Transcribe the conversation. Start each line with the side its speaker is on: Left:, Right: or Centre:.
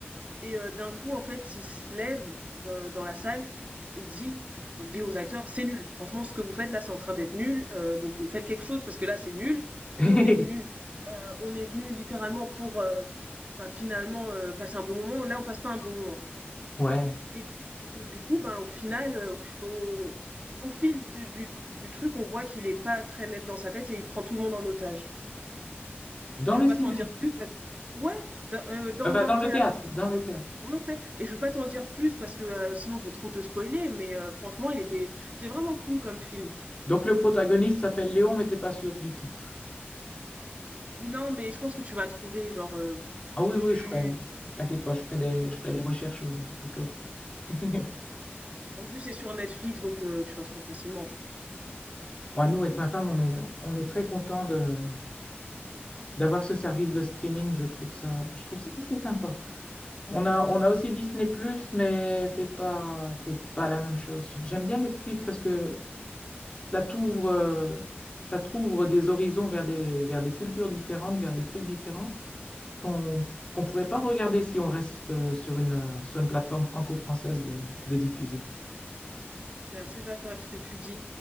Right: et euh, d'un coup, en fait, il se lève dans, dans la salle et dit, il dit aux acteurs, c'est nul, franchement, ce que vous faites là, c'est en train d'être nul, euh, donc euh, faites quelque chose, parce que là, c'est nul. Nous,
Left: <laughs>
Right: on est venus, euh, on est venus littéralement pour, euh, enfin, finalement, euh, passer un bon moment, là, on passe pas un bon moment.
Left: Ouais.
Right: Et du, et du coup, ben, au final, euh, au, f- au, au fil du, du, du truc, on voit qu'il est pas très net dans sa tête et il prend tout le monde en otage.
Left: Dans
Right: Et je
Left: le
Right: vais pas
Left: ciné.
Right: t'en dire plus parce que... Ouais, dans, euh, dans,
Left: Enfin,
Right: dans
Left: dans
Right: le théâtre.
Left: le théâtre. Dans le théâtre.
Right: Ouais, ouais. Et je vais pas t'en dire plus parce que euh, sinon je vais trop te spoiler, mais euh, franchement, il était, c'était vraiment cool comme film.
Left: Donc le protagoniste s'appelle Léon, mais t'es pas sûr du titre.
Right: Non, mais je pense que tu vas trouver, genre, euh,
Left: Ah oui,
Right: tu,
Left: oui, je ferai. T'inquiète pas, je ferai des,
Right: tu
Left: je ferai des recherches euh, au cas où. <laughs>
Right: En plus, c'est sur Netflix, donc euh, tu vas trouver facilement, je pense.
Left: Moi, nous, avec ma femme, on est, on est très content de d'avoir ce service de streaming. Je trouve ça, je trouve ça assez sympa. On a, on a aussi Disney+, mais c'est pas, c'est pas la même chose. J'aime bien Netflix parce que ça t'ouvre, euh, ça t'ouvre des horizons vers des, vers des cultures différentes, vers des trucs différents. qu'on qu'on pourrait pas regarder si on reste euh, sur une, euh, sur une plateforme franco-française de, de diffusion.
Right: Je suis assez d'accord avec ce que tu dis.